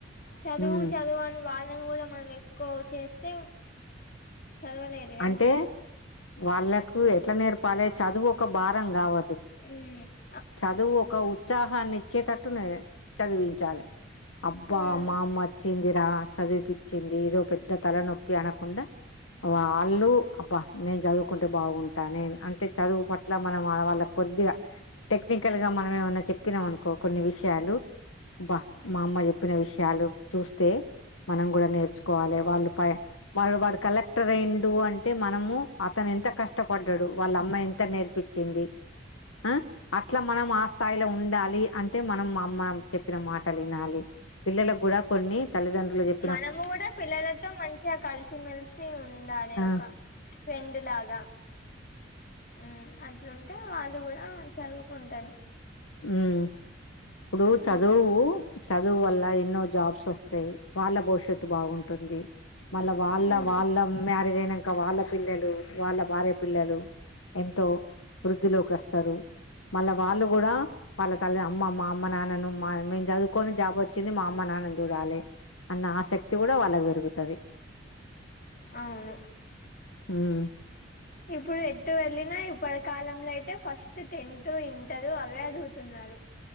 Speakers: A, on the left; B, on the left.
A: చదువు
B: ఉమ్
A: చదువు అని వాళ్ళని కూడా మనం ఎక్కువ చేస్తే చదవలేరు కదా
B: అంటే వాళ్ళకు ఎట్లా నేర్పాలి చదువు ఒక భారం కావ్
A: హ్మ
B: చదువు ఒక ఉత్సాహాన్ని ఇచ్చేటట్టు చదివించాలి అబ్బా
A: ఉమ్,
B: మా అమ్మ వచ్చిందిరా చదివిపిచ్చింది ఏదో పెద్ద తల నొప్పి అనకుండా వాళ్ళు అబ్బా నేను చదువుకుంటే బాగుంటా నేను అంటే చదువు పట్ల మనం వాళ్ళ కి కొద్దిగా టెక్నికల్ గా మనం ఏమన్నా చెప్పినాం అనుకో కొన్ని విషయాలు బా మా అమ్మ చెప్పిన విషయం ము్యాలు చూస్తే మనం కూడా నేర్చుకోవాలి వాళ్ళు ప వా వాడు కలెక్ట్ ర్ అయిండు అంటే మనము అతను ఎంత కష్టపడ్డాడు వాళ్ళ అమ్మ ఎంత నేర్పించింది ఆ అట్లా మనం ఆ స్థాయిలో ఉండాలి అంటే మనం మా అమ్మ చెప్పిన మాటలు వినాలి పిల్లలకు కూడా కొన్ని తల్లిదండ్రులు చెప్
A: మనము కూడా పిల్లలతో మంచిగా కలిసిమెలిసి ఉండ ఉండాలి
B: ఆ
A: ఒక ఫ్రెండ్ లాగా హ్మ్ ఆన్ లుంటే వాళ్ళు కూడా చదువుకుంటాను
B: హ్మ ఇప్పుడు చదువు
A: ఉమ్,
B: చదువు వల్ల ఎన్నో జాబ్స్ వస్తాయి వాళ్ళ భవిష్యత్తు బాగుంటు ఉంది మళ్ళా వాళ్ళ
A: ఉమ్,
B: వాళ్ళ మ్యారేజ్ అయినాక వాళ్ళ పిల్లలు వాళ్ళ భార్య పిల్లలు ఎంతో వృద్ధిలోకి వస్తారు మళ్ళా వాళ్ళు కూడా వాళ్ళ తల్లి అమ్మమ్ మా అమ్మ నాన్నను మా మేము చదువుకొని జాబ్ వచ్చింది మా అమ్మ నాన్నని చూడాలి అన్న ఆసక్తి కూడా వాళ్ళకు పెరుగుతది
A: అవును
B: హ్మ్
A: ఇప్పుడు ఎటు వెళ్ళినా ఇప్పటి కాలంలో అయితే ఫాష్ స్ట టెన్త్ ఇంటరు అవే అడుగుతున్నారు